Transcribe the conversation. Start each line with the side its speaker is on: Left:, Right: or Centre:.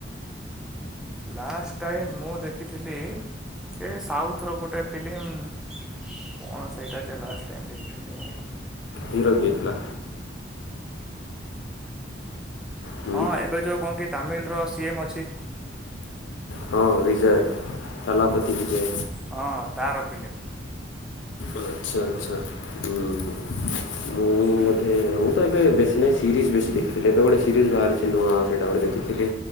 Centre: ଲାଷ୍ଟ ଟାଇମ୍ ମୁଁ ଦେଖିଥିଲି, ଏ ସାଉଥର ଗୋଟେ ଫିଲ୍ମ, କଣ ସେଇଟା ଯେ ଲାଷ୍ଟ ଟାଇମ୍ ଦେଖିଥିଲି ମୁଁ
Left: ହିରୋ କିଏ ଥିଲା? ହୁଁ
Centre: ହଁ, ଏବେ ଯୋଉ କଣ କି ତାମିଲର ସି ଏମ୍ ଅଛି
Left: ହଁ ବିଜୟ, ଥାଲାପତି ବିଜୟ।
Centre: ହଁ, ତାର ଫିଲ୍ମ।
Left: ଆଚ୍ଛା, ଆଚ୍ଛା। ହୁଁ, ହୁଁ। ମୁଁ
Centre: ହୁଁ
Left: ବୋଧେ, ମୁଁ ତ ଏବେ ବେଶୀ ନାହିଁ ସିରିଜ୍ ବେଶୀ ଦେଖିଥିଲି, ଏବେ ଗୋଟେ ସିରିଜ୍ ବାହାରିଛି ନୂଆ ସେଇଟା ଗୋଟେ ଦେଖଥିଲି।